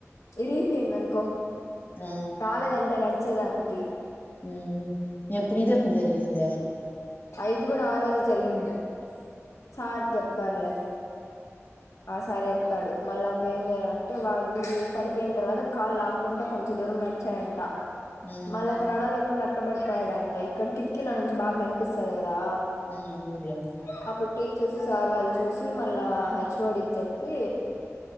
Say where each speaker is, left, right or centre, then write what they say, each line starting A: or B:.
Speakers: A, on the left; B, on the left.
A: ఇపోన్ అన్కో
B: ఆ
A: కాాలే దంటే నడిత వచ్చేదానికి
B: ఆ ఎప్పు ఇది ఎప్పుడు జరిగింద
A: ఐదు కూడా ఆ రోజు జరిగింది చార్ జబ్ పర్ల ఆ సారి చెప్తాడు మళ్ళా అక్క ఏం చేయాలంటే వాడు పడిపోయిన తర్వాత కాళ్ళు లాక్కుంటడా కొంచెం దూరం నడిచారంట
B: ఆ
A: మళ్లక్క నాడాల నేతబడుతడంత ఇక్కడ కిటికీలో నుంచి బాగా కనిపిస్తుంది కదా
B: ఆ అవునులే
A: <unintelligible> అప్పుడు టీచర్స్ సార్ వాళ్ళు చూసి మళ్ళా హచ్ చోడికి చెప్పి